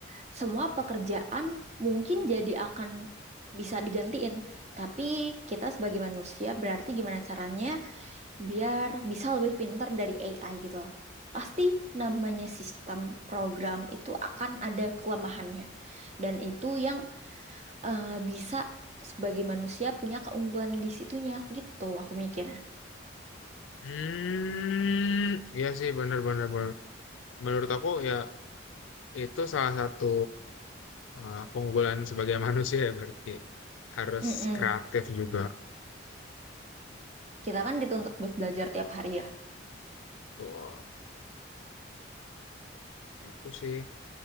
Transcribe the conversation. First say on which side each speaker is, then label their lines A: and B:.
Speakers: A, on the right (about 35°); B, on the left (about 80°).
A: semua pekerjaan mungkin jadi akan bisa digantiin, tapi kita sebagai manusia berarti gimana caranya biar bisa lebih pintar dari AI gitu. loh. Pasti namanya sistem program itu akan ada kelemahannya, dan itu yang eh, bisa sebagai manusia punya keunggulan di situnya gitu, aku mikirnya.
B: Hmm, iya sih benar-benar menurut aku ya itu salah satu uh, keunggulan sebagai <laughs> manusia ya berarti harus
A: Mm-mm.
B: kreatif juga.
A: Kita kan dituntut buat belajar tiap hari ya.
B: Tuh, itu sih.